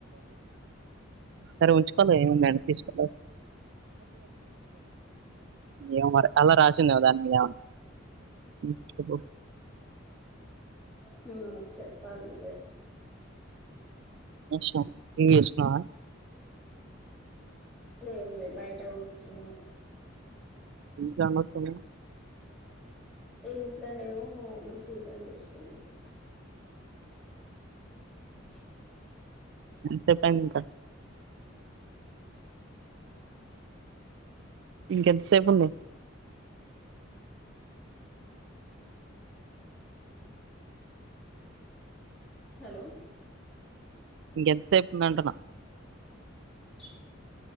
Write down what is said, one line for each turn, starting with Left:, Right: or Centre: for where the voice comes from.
Right: సరే ఉంచు ఏడి తీసుకు ఏమో మరి <unintelligible> <unintelligible>
Centre: హు చెప్పాలి నువ్వే
Right: ఏష్ పింగ్ చేశావా
Centre: ఏం లే బయట కూర్చున్నా
Right: ఇంకా ఏం వస్తుంది
Centre: ఇంట్లోనేమో మా మమ్మీ సీరియల్ చూస్తుంది హ్మ్
Right: చెప్పండి ఇంకా ఇంకెంతసేపు ఉంది
Centre: హలో
Right: ఇంకెంతసేపు ఉందంటనా
Centre: హుమ్